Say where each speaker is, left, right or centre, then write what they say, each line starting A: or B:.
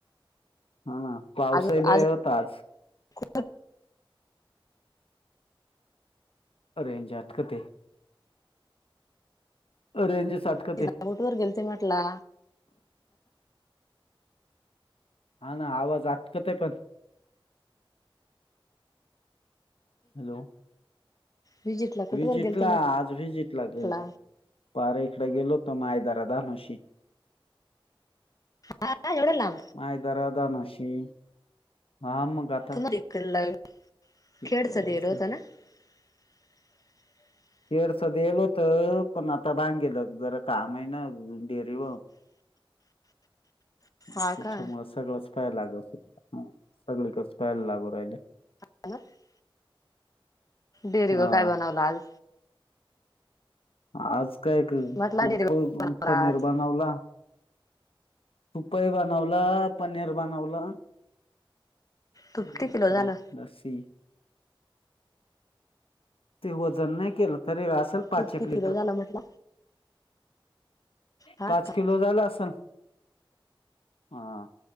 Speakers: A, on the left; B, on the left.
A: हा ना. पावसाही
B: आजूक
A: लय
B: आजूक
A: होता आज रेंज आटकते रेंजच अटकते
B: तिला बोट वर गेलते म्हटला
A: हा ना आवाज अटकतय पण हॅलो
B: विजिटला कुठवर
A: जितला
B: गेलते
A: आज भी जितला
B: म्हटला
A: कळत नाय इकडे गेलो होतो माय जरा धनुषी
B: हा काय एवढ्या लांब
A: मायदरा धानुशी हा मग आ
B: <unintelligible>
A: तिकडं
B: खेडचं
A: जास्त
B: दिलं <unintelligible>
A: थोडंसं गेलो होतो पण आता बांगेलं जरा काम आहे ना डेरीवर
B: <unintelligible>
A: मं
B: हा
A: त्याच्यामुळे
B: का
A: सगळंच पाहायला लागत हा सगळीकच पायला लागू राहिल.
B: <unintelligible> डेरीवर
A: हा
B: काय बनवलं आज
A: आज काय कर
B: म्हटला
A: तूप
B: डेअरी
A: चं पनीर
B: आज
A: बनवला. तूप ई बनवला पनीर बनवला
B: तूप
A: म
B: किती किलो
A: काय
B: झालं
A: लस्सी ते वजन नाय केलं तरी असेल पाच
B: तूप
A: एक
B: किती
A: लिटर
B: किलो झालं म्हटलं हा
A: पाच
B: का
A: किलो झाला असल हा